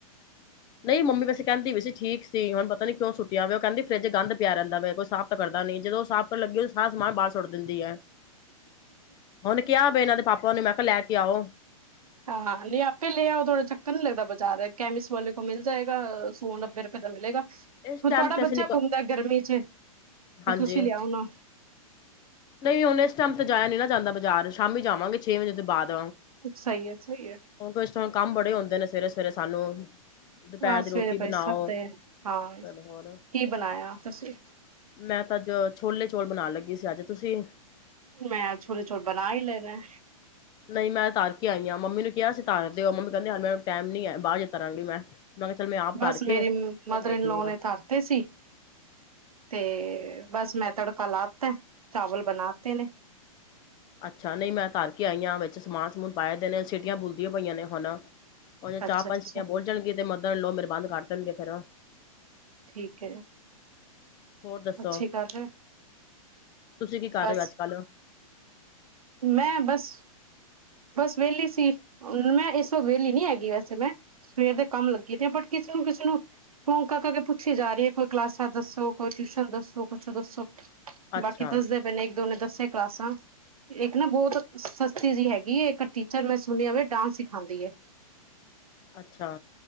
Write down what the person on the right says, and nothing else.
ਹਾਂ ਹਾਂ ਨਹੀਂ ਆਪੇ ਲਿਆਓ ਤੁਹਾਡਾ ਚੱਕਰ ਨੀ ਲੱਗਦਾ ਬਾਜ਼ਾਰ ਕੈਮਿਸਟ ਵਾਲੇ ਕੋਲ ਮਿਲ ਜਾਏਗਾ ਸੋਨ ਨੱਬੇ ਰੁਪਏ ਦਾ ਮਿਲੇਗਾ।
ਤੁਹਾਡਾ
ਬੱਚਾ
ਘੁੰਮਦਾ ਗਰਮੀ ਚ ਤੇ
ਤੁਸੀਂ ਲਿਆਓ ਨਾ
ਸਹੀ ਹੈ ਸਹੀ ਹੈ
ਹਾਂ
ਸਵੇਰੇ
ਪਾਈ
ਸਦੇ ਹਾਂ
ਕੀ ਬਣਾਇਆ ਤੁਸੀਂ।
ਮੈਂ ਛੋਲੇ ਚੋਲ ਬਣਾ ਹੀ ਲੈ ਨੇ।
ਬਸ
ਮੇਰੀ
ਮਦਰ
ਇਨਲੋ
ਨੇ ਤਰਤੇ ਸੀ ਤੇ ਬਸ ਮੈਂ ਤੜਕਾ ਲਾਤਾ ਚਾਵਲ ਬਣਾਤੇ ਨੇ
ਅੱਛਾ
ਅੱਛਾ
ਠੀਕ ਹੈ
ਅੱਛੀ ਗੱਲ ਹੈ
ਬਸ
ਮੈਂ ਬਸ ਬਸ ਵਿਹਲੀ ਸੀ ਮੈਂ ਇਸ ਵਕਤ ਵਿਹਲੀ ਨਹੀਂਹੈਗੀ ਵੈਸੇ ਮੈਂ ਸਵੇਰ ਦੇ ਕੰਮ ਲੱਗੀ ਤੇ ਆ ਬ ਕਿਸੇ ਨੂੰ ਕਿਸੇ ਨੂੰ ਫੋਂ ਕਰ ਕੇ ਪੁੱਛੀ ਜਾ ਰਹੀ ਹੈ ਕੋਈ ਕਲਾਸਾਂ ਦੱਸੋ ਕੋਈ ਟਿਊਸ਼ਨ ਦੱਸੋ ਕੁਛ ਦੱਸੋ
ਬਾਕੀ ਦੱਸਦੇ ਪਏ ਨੇ ਇੱਕ ਦੋ ਨੇ ਦੱਸੀਆਂ ਕਲਾਸਾਂ ਇੱਕ ਨਾ ਬਹੁਤ ਸਸਤੀ ਜੇਹੀ ਹੈਗੀ ਵੀ ਇੱਕ ਟੀਚਰ ਮੈਂ ਸੁਣਿਆਵੇ ਡਾਂਸ ਸਿਖਾਂਉਦੀ ਹੈ।